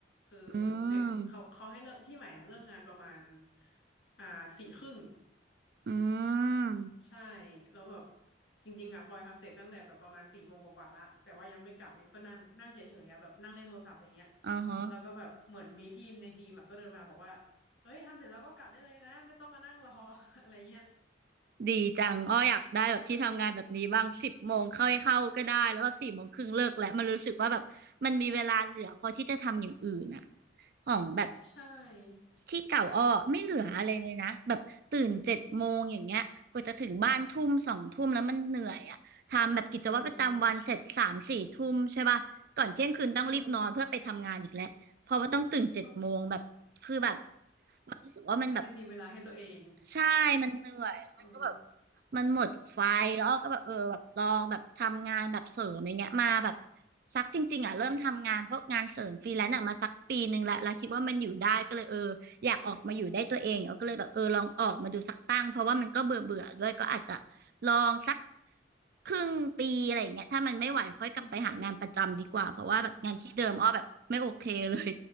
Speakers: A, on the left (about 70°); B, on the right (about 55°).
A: คือเสร็จเขาเขาให้เลิกที่ใหม่อ่ะเลิกงานประมาณ
B: อืม
A: อ่าสี่ครึ่ง
B: อืม
A: ใช่แล้วแบบจริงๆอ่ะพลอยทำเสร็จตั้งแต่แบบประมาณสี่โมงกว่าๆละแต่ว่ายังไม่กลับเนี่ยก็นั่งนั่งเฉยๆอะแบบนั่งเล่นโทรศัพท์อะไรเงี้ย
B: อ๋อฮะ
A: แล้วก็แบบเหมือนมีพี่ในทีมอะก็เดินมาบอกว่าเอ้ยทำเสร็จแล้วก็กลับได้เลยนะไม่ต้องมานั่งรอ <laughs> อะไรเงี้ย
B: ดีจังอ้ออยากได้แบบที่ทำงานแบบนี้บ้างสิบโมงเข้าเข้าก็ได้แล้วแบบสี่โมงครึ่งเลิกแล้วมันรู้สึกว่าแบบมันมีเวลาเหลือพอที่จะทำอย่างอื่นอ่ะ
A: เออ
B: ของแบบ
A: ใช่
B: ที่เก่าอ้อไม่เหลืออะไรเลยนะแบบตื่นเจ็ดโมงอย่างเงี้ยกว่าจะถึงบ้านทุ่มสองทุ่มแล้วมันเหนื่อยอ่ะทำแบบกิจวัตรประจำวันเสร็จสามสี่ทุ่มใช่ป่ะก่อนเที่ยงคืนต้องรีบนอนเพื่อไปทำงานอีกแล้วเพราะว่าต้องตื่นเจ็ดโมงแบบคือแบบ
A: โอ้เออก็
B: มันรู้สึกว่ามันแบบ
A: ก็ไม่ได้มีเวลาให้ตัวเอง
B: ใช่มันเหนื่อยแล้วมันก็แบบ
A: เออ
B: มันหมดไฟแล้วอ้อก็แบบเออแบบลองแบบทำงานแบบเสริมอย่างเงี้ยมาแบบสักจริงๆอ่ะเริ่มทำงานพวกงานเสริมฟรีแลนซ์อ่ะมาสักปีหนึ่งแลวแล้วคิดว่ามันอยู่ได้ก็เลยเอออยากออกมาอยู่ได้ตัวเองอ้อก็เลยแบบเออลองออกมาดูสักตั้งเพราะว่ามันก็เบื่อเบื่อด้วยก็อาจจะลองสักครึ่งปีอะไรอย่างเงี้ยถ้ามันไม่ไหวค่อยกลับไปหางานประจำดีกว่าเพราะว่าแบบงานที่เดิมอ้อแบบไม่โอเคเลย
A: อือหือ